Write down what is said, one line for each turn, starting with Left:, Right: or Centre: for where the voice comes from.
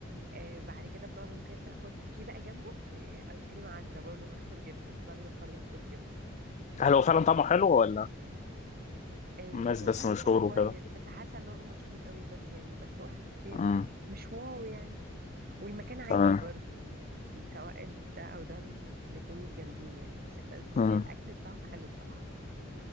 Right: آه بعد كده بقى ممكن تاخد في بقى جنبه آه، ايس كريم عزة برضه مشهور جدا بعد ما تخلص الكبدة
Left: هل هو فعلا طعمه حلو ولا
Right: إيه
Left: الناس
Right: والله
Left: بس مشهور
Right: هو طعمه كويس
Left: وكده
Right: بس حاسه ان هو مشهور قوي بس يعني بس هو عادي يعني
Left: امم
Right: مش واو يعني والمكان عادي
Left: تمام
Right: برضو يعني سواء ده او ده الاتنين مش جامدين يعني بس بس
Left: امم
Right: الاكل بتاعهم حلو بصراحه